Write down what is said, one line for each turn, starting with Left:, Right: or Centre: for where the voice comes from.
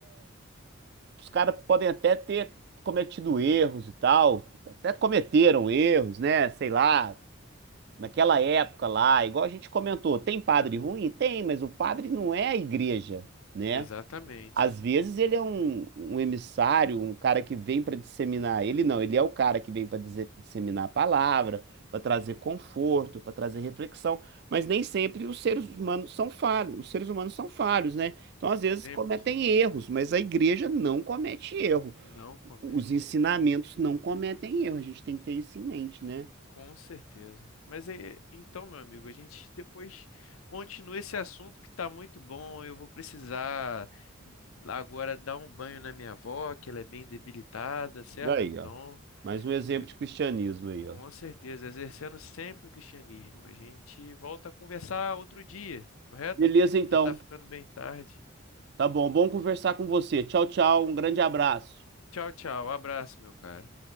Right: os caras podem até ter cometido erros e tal, até cometeram erros, né? Sei lá, naquela época lá, igual a gente comentou, tem padre ruim? Tem, mas o padre não é a igreja, né?
Left: Exatamente.
Right: Às vezes ele é um, um emissário, um cara que vem para disseminar. Ele não, ele é o cara que vem para disseminar a palavra, para trazer conforto, para trazer reflexão. Mas nem sempre os seres humanos são falhos. Os seres humanos são falhos, né? Então, às vezes,
Left: Sempre
Right: cometem
Left: sim.
Right: erros, mas a igreja não comete erro.
Left: Não comete.
Right: Os ensinamentos não cometem erro. A gente tem que ter isso em mente, né?
Left: Com certeza. Mas é, é, então, meu amigo, a gente depois continua esse assunto que tá muito bom. Eu vou precisar agora dar um banho na minha avó, que ela é bem debilitada, certo?
Right: Aí,
Left: Então,
Right: ó. Mais um exemplo
Left: eu-
Right: de cristianismo aí, ó.
Left: com certeza, exercendo sempre o cristianismo. A gente volta a conversar outro dia, correto?
Right: Beleza, então.
Left: Já tá ficando bem tarde.
Right: Tá bom. Bom conversar com você. Tchau, tchau. Um grande abraço.
Left: Tchau, tchau. Abraço, meu cara.